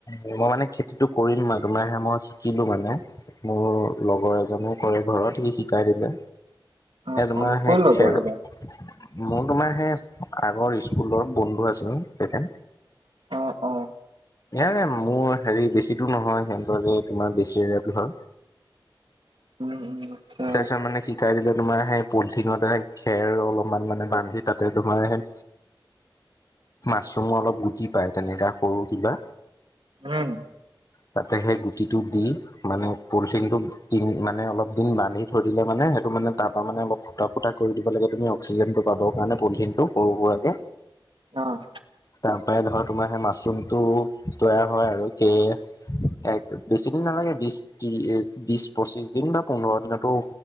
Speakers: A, on the left; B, on the right.
A: মই মানে খেতিটো কৰিম আও দুমাহে মই শিকিলোঁ মানে। মোৰ লগৰ এজনে কৰে ঘৰত সি শিকাই দিলে।
B: অ',
A: এ তোমাৰ
B: অ', ক'ৰ
A: হে
B: লগৰ
A: খেৰ
B: সেইজন?
A: মোৰ তোমাৰ সেই আগৰ স্কুলৰ বন্ধু আছিলোঁ তেখেত।
B: অ' অ'
A: ইয়াৰে মোৰ হেৰি বেছি দূৰ নহয়। সিহঁতৰ যে তোমাৰ বেছিৰে ঘৰ।
B: উম উম আচ্ছা।
A: তাৰ মানে শিকাই দিলে তোমাৰ সেই পলিথিনতে খেৰ অলপমান মানে বান্ধি তাতে তোমাৰ সেই মাচুমৰ অলপ গুটি পায় তেনেকা সৰু কিবা।
B: উম
A: তাতে সেই গুটিটো দি মানে পলিথিনটোত দিন মানে অলপ দিন বান্ধি থৈ দিলে মানে সেইটো মানে তাৰপা মানে অলপ ফুটা ফুটা কৰি দিব লাগে তুমি অক্সিজেনটো পাবৰ কাৰণে পলিথিনটো সৰু সুৰাকে
B: অ'
A: তাৰ পৰা ধৰ তোমাৰ সেই মাচুৰুমটো তৈয়াৰ হয় আৰু কে- এক বেছি দিন নালাগে- তি এ বিশ পঁচিশ দিন বা পোন্ধৰ দিনতো